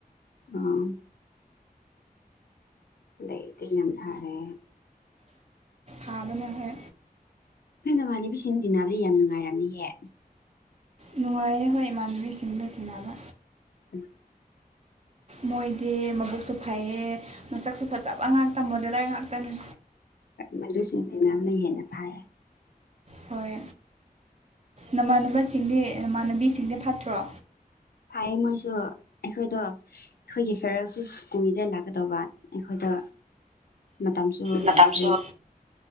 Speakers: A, on the left; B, on the right.
A: ꯑꯥ ꯑꯗꯩꯗꯤ ꯌꯥꯝꯗꯔꯦ
B: ꯍꯥꯥꯕꯅ ꯍ
A: ꯑꯩ ꯅꯃꯙꯕꯤꯁꯤꯡꯅ ꯇꯤꯟꯅꯕꯗꯤ ꯌꯥꯝ ꯅꯨꯡꯉꯥꯏꯔꯝꯅꯤꯍꯦ
B: ꯅꯨꯡꯉꯥꯏꯌꯦ ꯍꯣꯏ ꯏꯃꯥꯟꯅꯕꯤꯁꯤꯡꯒ ꯊꯦꯡꯅꯕ
A: ꯎꯝ
B: ꯃꯣꯏꯗꯦ ꯃꯕꯨꯛꯁꯨ ꯐꯩꯌꯦ ꯃꯁꯛꯁꯨ ꯐꯖꯕ ꯉꯥꯛꯇ ꯃꯣꯗꯂꯔ ꯉꯥꯛꯇꯅꯤ
A: ꯃꯗꯨꯁꯤꯡ ꯇꯤꯅꯕꯅ ꯍꯦꯟꯅ ꯐꯦ
B: ꯍꯣꯏ ꯅꯃꯥꯟꯅꯕꯁꯤꯡꯗꯤ ꯅꯃꯥꯟꯅꯕꯤꯁꯤꯡꯗꯤ ꯐꯠꯇ꯭ꯔꯣ
A: ꯐꯌꯦ ꯃꯣꯏꯁꯨ ꯑꯩꯈꯣꯏꯗꯣ ꯑꯩꯈꯣꯏꯒꯤ ꯐꯦꯔꯜꯁꯨ ꯀꯨꯏꯗ ꯂꯥꯛꯀꯗꯧꯕ ꯑꯩꯈꯣꯏꯗ ꯃꯇꯝꯁꯨ
B: ꯃꯇꯝꯁꯨ
A: ꯂꯩꯇ꯭ꯔꯤ